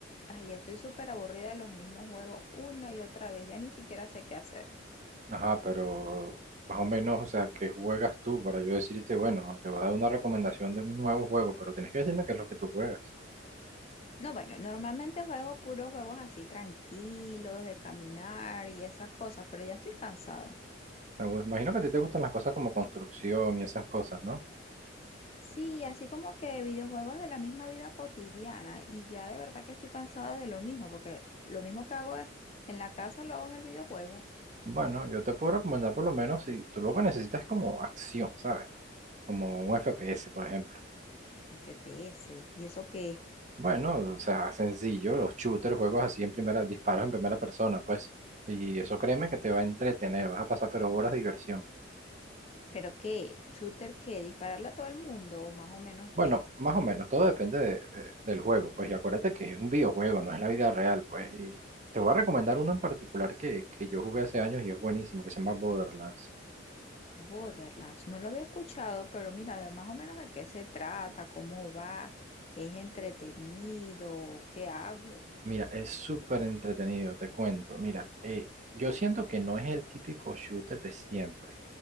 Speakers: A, on the left (about 30°); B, on the right (about 40°).
A: Ay, ya estoy súper aburrida de los mismos juegos una y otra vez, ya ni siquiera sé qué hacer.
B: Ajá, pero más o menos, o sea, ¿qué juegas tú para yo decirte, bueno, te vas a dar una recomendación de un nuevo juego, pero tienes que decirme qué es lo que tú juegas.
A: No, bueno, normalmente juego puros juegos así tranquilos, de caminar y esas cosas, pero ya estoy cansada.
B: Me gu- Imagino que a ti te gustan las cosas como construcción y esas cosas, ¿no?
A: Sí, así como que videojuegos de la misma vida cotidiana y ya de verdad que estoy cansada de lo mismo, porque lo mismo que hago en la casa lo hago en el videojuego.
B: Bueno, yo te puedo recomendar por lo menos si tú lo que necesitas es como acción, ¿sabes? Como un FPS, por ejemplo.
A: FPS, ¿y eso qué?
B: Bueno, o sea, sencillo, los shooters, juegos así en primera, disparos en primera persona, pues. Y eso créeme que te va a entretener, vas a pasar pero horas de diversión.
A: ¿Pero qué? ¿Shooter qué? ¿Dispararle a todo el mundo o más o menos
B: Bueno,
A: qué?
B: más o menos, todo depende de- de- del juego, pues, y acuérdate que es un videojuego, no es la vida real, pues, y te voy a recomendar uno en particular que, que yo jugué hace años y es buenísimo, que se llama Borderlands.
A: Borderlands, no lo había escuchado, pero mira, de más o menos de qué se trata, cómo va, es entretenido, qué hago.
B: Mira, es súper entretenido, te cuento. Mira, eh, yo siento que no es el típico shooter de siempre.